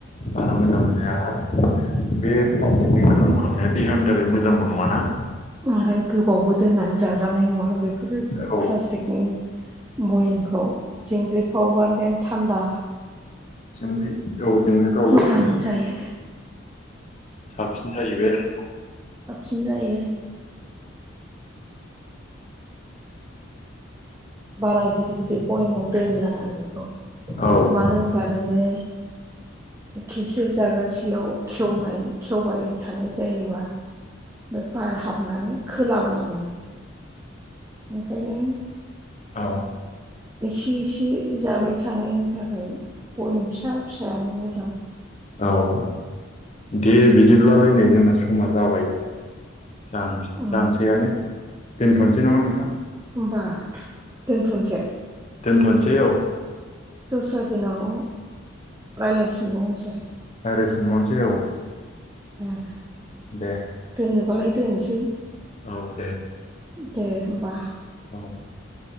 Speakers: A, on the left; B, on the right.
A: बारा मोजां मोनजाया बे प्लास्टिकनि गोलोम खांनाया देहानि थाखा मोजांबो नङा ना?
B: आरो गोबावबो दोननानै जाजानाय नङा बेफोर
A: औ
B: प्लास्टिकनि बयेमफ्राव दिंग्रिफ्रावबानदेन थान्दा
A: <unintelligible> औ दिंग्रिफोरावबो
B: मोजां जायो
A: साबसिन जाहैबाय आरो
B: सिन जायो <inaudible> बारा गिदिर गिदिर बयेमाव दोननाङा बेखौ
A: आरो औ
B: मानो होनबा नोङो खेसे जागासेयाव खेवनाय खेवबाय थानाय जायोबा बे बार हाबनानै खोलाबलाङो ओंखायनो
A: औ
B: एसे एसे जाबाय थानायनि थाखाय बयेम फिसा फिसायानो मोजां।
A: औ दे बिदिब्लालाय नै जोंना समा जाबाय। जानोसै
B: अ
A: जानोसैयानो दोनथ'नोसै नामा नोंथां
B: होनबा दोनथ'नसै
A: दोनथ'नोसै औ
B: फ्रा दिनाव रायज्लायफिनबावनसे
A: रायफिनबावनोसै औ
B: उम
A: दे
B: दोननोबालाय दोनसै
A: औ दे
B: दे होमबा।
A: <inaudible>